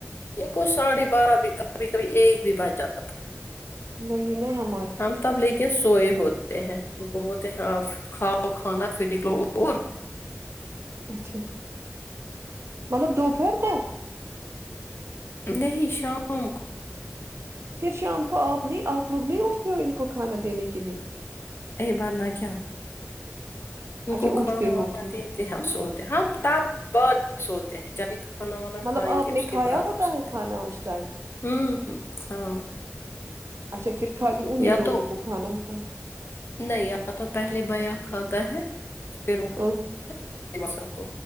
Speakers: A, on the left; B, on the right.
A: ان کو ساڑھے بارہ بھی کبھی کبھی ایک بھی بچ جاتا ہے
B: وہی نا ہم
A: ہم تب لیکن سوئے ہوتے ہیں کو بولتے ہیں آپ کھاؤ کھانا پھر نکلو اور
B: اچھا مطلب دو پھر <unintelligible> کو <unintelligible>
A: نہیں شام کو
B: پھر شام کو آپ نہیں آپ لوگ نہیں اٹھتے ہو ان کو کھانا دینے کے لیے <unintelligible>
A: ایی بار نہ کیا ان
B: اچھا
A: کو
B: اٹھتے
A: کھانا
B: ہو
A: وانا
B: پھر
A: دیتے ہم سو ہم تپ بہت سوتے ہیں جبھی کھانا وانا
B: مطلب
A: کھائیں
B: آپ
A: گے
B: نے
A: اس
B: کھایا
A: کے بعد
B: ہوتا
A: ہم سب
B: ہے کھانا اس ٹائم
A: ہ ہ ہاں
B: اچھا پھر خالی انہیں
A: یا
B: دونوں
A: تو
B: کو کھانا ہوتا ہے
A: نہیں یا تو پہلے بیا کھاتا ہے پب
B: ا